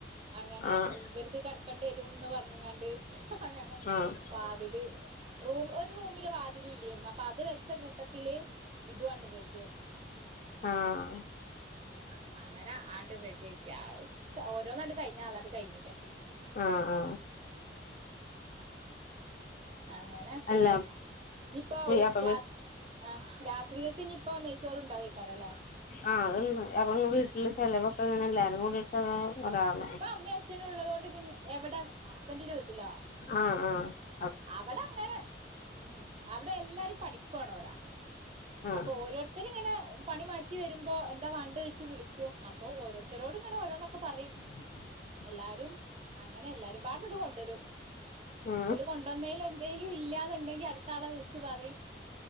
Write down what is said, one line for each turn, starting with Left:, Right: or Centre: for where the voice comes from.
Right: അങ്ങനെ
Left: ആഹ്
Right: ഇവർക്ക് കെ ന്ന് പറഞ്ഞങ്ങാണ്ട് അങ്ങനെ
Left: ആഹ് ആഹ്
Right: വാതില് റൂ ഒരു റൂമില് വാതിലല്ലായിരുന്നു അപ്പൊ അത് വെച്ച കൂട്ടത്തില് ഇതും ആണ്ട് റെഡിയാക്കി
Left: ആഹ
Right: ഉം അങ്ങനെ ആണ്ട് റെഡിയ ഒക്കെ ഓരോന്നാട്ട കഴിഞ്ഞ ആ നാട്ട കഴിഞ്ഞിട്ടേ
Left: ആ ആ
Right: അങ്ങനെക്കെയു
Left: അല്ല
Right: ഇനിയിപ്പോൊ
Left: അപ്പൊ
Right: രാ ആ രാ ഇത്രരിക ഇപ്പോ നയിച്ചോറ് ഉണ്ടാവ കക്കാറല്ലേ
Left: ആഹ്തണ്ട് അപ്പ വീട്ടില് ചെലവൊക്കെ ഇങ്ങനെ എല്ലാരും കൂടിയിട്ട് അതോ ഒരാളോ
Right: ഇപ്പൊ അമ്മയും അച്ഛനും ഉള്ളത കൊണ്ട് പിന്നെ എവിടെ ഹസ്ബൻഡന്റെ വീട്ടിലോ
Left: ആഹ ആഹ
Right: അവിടെ അങ്ങനെ ഉം അവിടെ എല്ലാരും പഠിക്കവാണോരാ
Left: ആഹ്
Right: അപ്പൊ ഓരോരുത്തരും ഇങ്ങനെ പണി മാറ്റി വരുമ്പോ എന്താ വേണ്ട വെച്ച് വിളിക്കും അപ്പൊ ഓരോരുത്തരോടും ഇങ്ങനെ ഓരോന്നൊക്കെ പറയും
Left: ആ
Right: എല്ലാരും അങ്ങനെ എല്ലാരും പാട്ടട്ട് കൊണ്ടുവരും
Left: ആ
Right: കൊണ്ടന്നേൽ എന്തേലും ഇല്ലാതുണ്ടെങ്കി അടുത്താളെ വിളിച്ച് പറയും